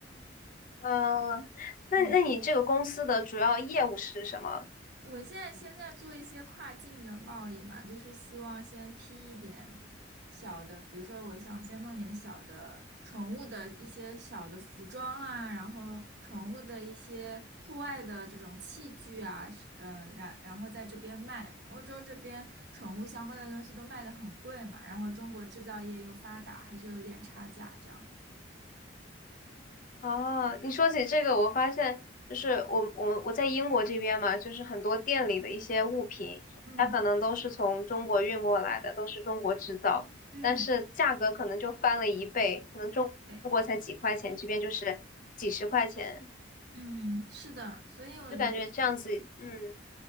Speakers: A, on the left (about 45°); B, on the right (about 60°).
A: 嗯，那那你这个公司的主要业务是什么？
B: 嗯。我现在现在做一些跨境的贸易嘛，就是希望先批一点小的，比如说我想先弄点小的宠物的一些小的服装啊，然后宠物的一些户外的这种器具啊，是呃，然然后在这边卖。欧洲这边宠物相关的东西都卖得很贵嘛，然后中国制造业又发达，还是有一点差价这样。
A: 哦，你说起这个，我发现就是我我们我在英国这边嘛，就是很多店里的一些物品，
B: 嗯
A: 它可能都是从中国运过来的，都是中国制造，
B: 嗯，
A: 但是价格可能就翻了一倍，可能中中国才几块钱，
B: 对，
A: 这边就是几十块钱，
B: 嗯，是的，所以我觉得，
A: 就感觉这样子，嗯